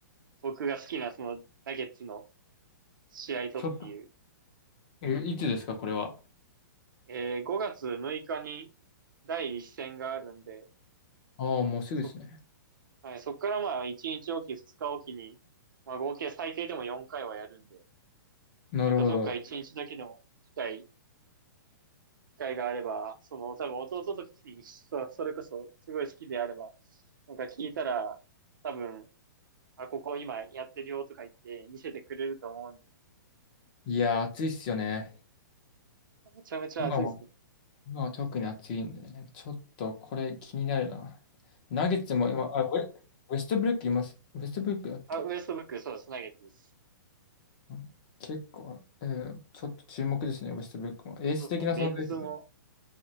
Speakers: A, on the right; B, on the left.
A: 僕が好きなそのナゲッツの試合とっていう。
B: ちょっと、え、いつですか、これは。
A: えー、5月6日に第一戦があるんで、
B: ああ、もうすぐですね。
A: そ、はい、そっからまあ1日おき、2日おきに、まあ合計最低でも4回はやるんで、
B: なるほど。
A: なんかどっか1日だけでも機会、機会があれば、その多分弟ときに、<laughs> それこそすごい好きであれば、なんか聞いたら、多分あ、ここ今やってるよとか言って見せてくれると思うんで、
B: いやー、暑いっすよね。
A: めちゃめちゃ熱いですね。
B: 今は、今は特に暑いんでね。ちょっと、これ気になるな。ナゲッツも今、あ、ウェ、ウェストブルックいます。ウェストブルックだっけ
A: あ、ウエストブック、そうです、ナゲッツです。
B: うん結構、えーちょっと注目ですね、ウェストブルックも。エース的な存在ですね。
A: そうですね、メンツも、